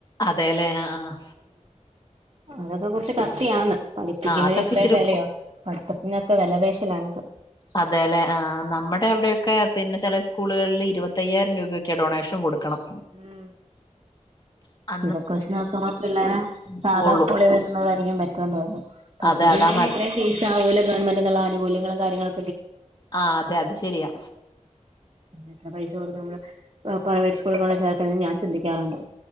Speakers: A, on the left; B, on the right.
A: അതെല്ലേ? ആ ആഹാ.
B: അതോകെ കൊറച്ച് കത്തിയാന്ന് പഠിപ്പിക്കുന്നെ
A: അതൊക്കെ
B: ഇത്രയും
A: ഇച്ചിരി
B: വെലയോ പഠിത്തത്തിനൊക്കെ വെലപേശലാണ് പൊ.
A: അതെല്ലെ ആ നമ്മടെ അവിടോക്കെ പിന്നെ ചെല സ്കൂളുകള്ളി ഇരുപത്തയ്യായിരം രൂപൊക്യാ ഡൊണേഷൻ കൊടുക്കണം.
B: ഉം.
A: അ
B: ഇതൊക്കെ ച്ച് നോക്കുമ്പോ പിള്ളേരെ
A: എടുക്കുള്ളൂ.
B: സാധാ സ്കൂളി വിടുന്നതായിരിക്കും ബെറ്റ്റ് ന്ന് തോന്നു പഠിപി
A: അതെ
B: <unintelligible>
A: അതാ നൽ
B: വൂല ഗവൺമെന്റ്ന്ന്ള്ള ആനുകൂല്യങ്ങളും കാര്യങ്ങളു
A: ആ അതെ അത് ശെരിയാ.
B: എത്ര പൈസ കൊടുത്ത് നമ്മള് പ്രൈവറ്റ് സ്കൂള്ള് കൊണ്ടെ ചേർക്കുന്ന ഞാ ചിന്തിക്കാറുണ്ട്.